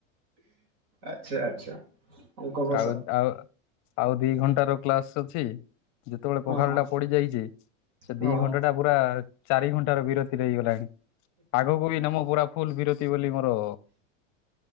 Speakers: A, on the right; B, on the left.
A: ଆଚ୍ଛା ଆଚ୍ଛା। ଅଙ୍କ କଷା
B: ଆଉ ଆଉ ଆଉ ଦି ଘଣ୍ଟାର କ୍ଲାସ୍ ଅଛି। ଯେତେବେଳେ
A: ହଁ
B: ପଖାଳ୍
A: ହଁ
B: ଟା ପଡି ଯାଇଛି ସେ
A: ହଁ
B: ଦି
A: ହଁ
B: ଘଣ୍ଟା ଟା ପୁରା ଚାରି ଘଣ୍ଟାର ବିରତି ତିରେ ହେଇଗଲାଣି ଆଗକୁ ବି ନମ ପୁରା ଫୁଲ୍ ବିରତି ବୋଲି ମର